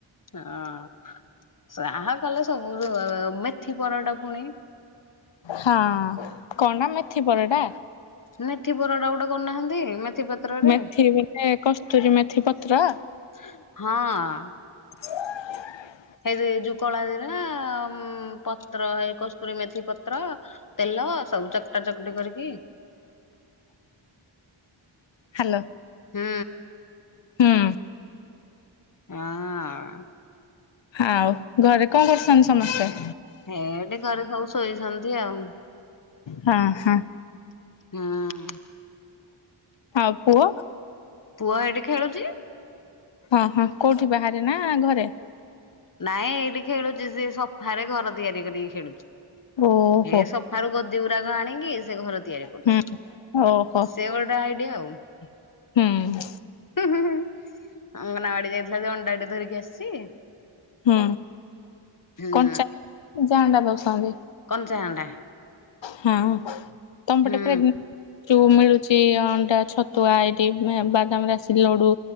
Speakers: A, on the left; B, on the left.
A: ହଁ ଯାହା କଲେ ସବୁ ରୁ ମେଥି ପରଟା ପୁଣି
B: ହଁ କଣ ଟା ମେଥିପରଟା
A: ମେଥି ପରଟା ଗୋଟେ କରୁନାହାନ୍ତି ମେଥି ପତ୍ରରେ
B: ମେଥି ବୋଲେ କସ୍ତୁରୀ ମେଥି ପତ୍ର
A: ହଁ
B: <inaudible>
A: ହେଇ ଯୋଉ କଲା ଜିରା ଉଁ ପତ୍ର ଏଇ କସ୍ତୁରୀ ମେଥି ପତ୍ର ତେଲ ସବୁ ଚକଟା ଚକଟି କରିକି।
B: ହ୍ୟାଲୋ।
A: ହୁଁ।
B: ହୁଁ।
A: ହଁ
B: ଆଉ ଘରେ କଣ କରୁଛନ୍ତି ସମସ୍ତେ।
A: ହେଇଟି ଘରେ ସବୁ ଶୋଇଛନ୍ତି ଆଉ।
B: ହଁ ହଁ।
A: ଉଁ।
B: ଆଉ ପୁଅ।
A: ପୁଅ ହେଟି ଖେଳୁଛି।
B: ହଁ ହଁ କୋଉଠି ବାହାରେ ନା ଘରେ।
A: ନାଇଁ ଏଇଠି ଖେଳୁଛି ସେ ସଫାରେ ଘର ତିଆରି କରିକି ଖେଳୁଛି
B: ଓହୋ।
A: ଏ ସ। ଠାରୁ ଗଦି ଗୁଡାକ ଆଣିକି ସେ ଘର ତିଆରି କରୁଛି।
B: ହୁଁ ଓହୋ
A: ସେ ଗୋଟେ ଆଇଡିଆ ଆଉ। ହଁ
B: ହୁଁ
A: ଅଙ୍ଗନବାଡି ଯାଇଥିଲା ଯେ ଅଣ୍ଡାଟେ ଧରିକି ଆସିଛି।
B: ହୁଁ
A: ହୁଁ
B: କଞ୍ଚା ସିଝା ଅଣ୍ଡା ଦଉଛନ୍ତି?
A: କଞ୍ଚା ଅଣ୍ଡା।
B: ହଁ ତମପଟେ
A: ହୁଁ
B: ପ୍ରେଗଣ୍ଟ କିଉ ମିଳୁଛି ଅଣ୍ଡା ଛତୁଆ ଏଇଠି ବାଦାମ ରାସି ଲଡୁ